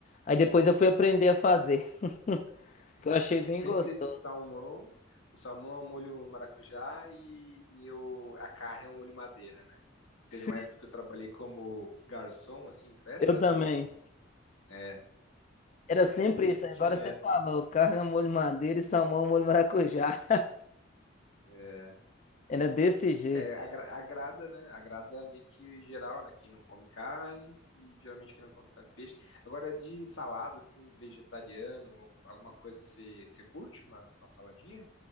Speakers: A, on the left; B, on the left.
A: Aí depois eu fui aprender a fazer, <laughs> que eu achei bem
B: Sempre
A: gostoso.
B: tem esse salmão. O salmão é um molho maracujá e, e eu, a carne é um molho madeira, né? Teve
A: Sim.
B: uma época que eu trabalhei como garçom, assim, em festa,
A: Eu também.
B: né? É,
A: Era sempre
B: daí sempre
A: isso, agora
B: tinha
A: você
B: essa,
A: falou,
B: né?
A: carne ao molho madeira e salmão ao molho maracujá.
B: É,
A: <laughs> Era desse jeito.
B: é agra- agrada, né? Agrada meio que geral, né? Quem não come carne, e geralmente quem não come carne, peixe. Agora, de salada, assim, vegetariano, ou alguma coisa, você, você curte uma, uma saladinha?